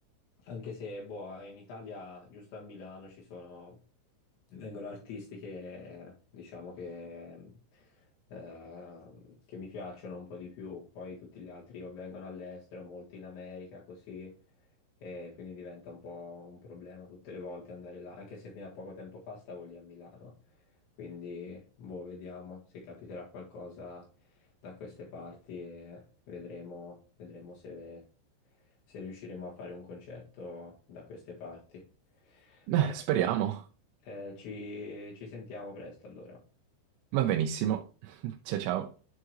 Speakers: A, on the left; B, on the right.
A: Anche se, boh, in Italia, giusto a Milano, ci sono, vengono artisti che, diciamo che, eh, che mi piacciono un po' di più, poi tutti gli altri o vengono all'estero, molti in America, così e quindi diventa un po' un problema tutte le volte andare là, anche se fino a poco tempo fa stavo lì a Milano, quindi boh, vediamo se capiterà qualcosa da queste parti e vedremo, vedremo se, se riusciremo a fare un concerto da queste parti. Vabbè,
B: Eh, speriamo.
A: dai, eh, ci ci sentiamo presto allora.
B: Va benissimo. <laughs> Ciao ciao.